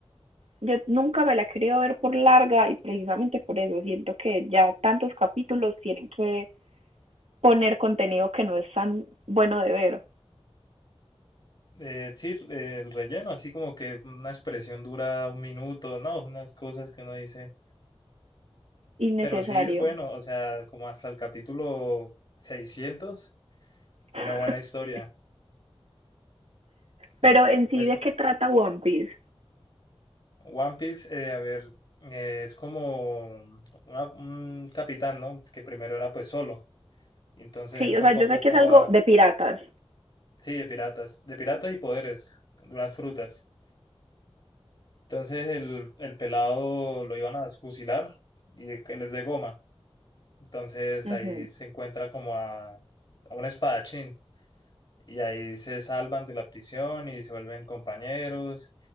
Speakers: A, on the right; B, on the left.
A: yo nunca me la he querido ver por larga y precisamente por eso siento que ya tantos capítulos tienen que poner contenido que no es tan bueno de ver,
B: Eh, sí, eh, el relleno, así como que una expresión dura un minuto, no, unas cosas que uno dice.
A: innecesario.
B: Pero sí es bueno, o sea, como hasta el capítulo 600 tiene
A: <laughs>
B: buena historia.
A: pero en sí,
B: Pues
A: ¿de qué trata One Piece?
B: One Piece, eh, a ver, eh, es como una- un capitán, ¿no? Que primero era pues solo. Y entonces
A: Sí,
B: él poco
A: o sea, yo
B: a poco
A: sé que es algo
B: va,
A: de piratas,
B: sí, de piratas, de piratas y poderes, de unas frutas. Entonces el, el pelado lo iban a fusilar y que él es de goma. Entonces
A: ujú,
B: ahí se encuentra como a, a un espadachín y ahí se salvan de la prisión y se vuelven compañeros